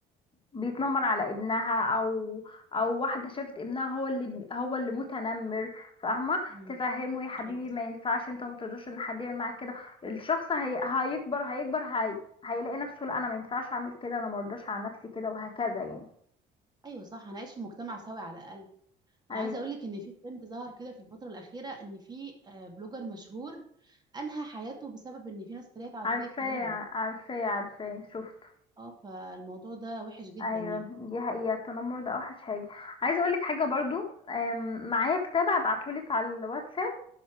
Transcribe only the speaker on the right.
مم.
ايوه صح
ايوه صح هنعيش في مجتمع سوي على الاقل انا
عايزه اقول لك ان في ترند ظهر كده في الفتره الاخيره ان في آه، بلوجر مشهور انهى حياته بسبب ان في ناس اتريقت على
طريقه كلامه
اه فالموضوع ده وحش جدا
يعني